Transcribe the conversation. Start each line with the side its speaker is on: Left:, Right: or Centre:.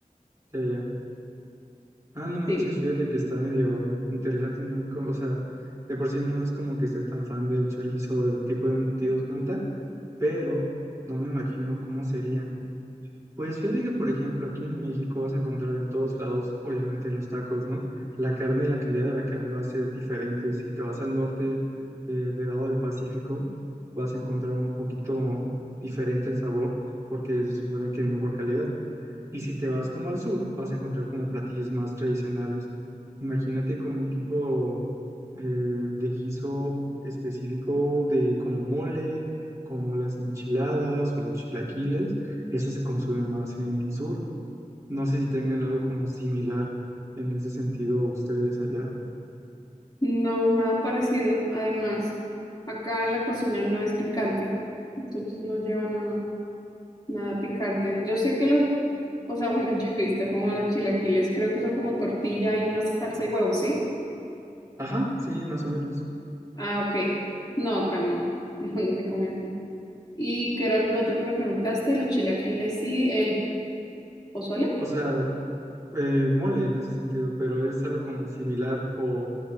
Right: ya, ya. Ah, no manches,
Left: sí.
Right: fíjate que está medio interesante, ¿no? Como- O sea, de por sí no es como que sea tan fan del chorizo o del tipo de embutidos como tal, pero no me imagino cómo sería. Pues fíjate que, por ejemplo, aquí en México vas a encontrar en todos lados, obviamente, los tacos, ¿no? La carne y la calidad de la carne va a ser diferente. Si te vas al norte, eh, del lado del Pacífico, vas a encontrar un poquito diferente el sabor, porque se supone que es mejor calidad. Y si te vas como al sur, vas a encontrar como platillos más tradicionales. Imagínate como un tipo eh, de guiso específico de como mole, como las enchiladas o los chilaquiles. Eso se consume más en el sur. No sé si tengan algo como similar en ese sentido ustedes allá.
Left: No, nada parecido. Además, acá la cocina no es picante. Entonces no lleva nada, nada picante. Yo sé que los, o sea, <laughs> bueno, yo he visto como los chilaquiles, creo que son como tortilla y una salsa y huevos, ¿sí?
Right: Ajá, sí, más o menos.
Left: Ah, ok. No, acá no. <laughs> No, no se come así. ¿Y qué era lo otro que me preguntaste? Los chilaquiles, y ¿El pozole?
Right: O sea, eh, mole en ese sentido, pero es algo como similar o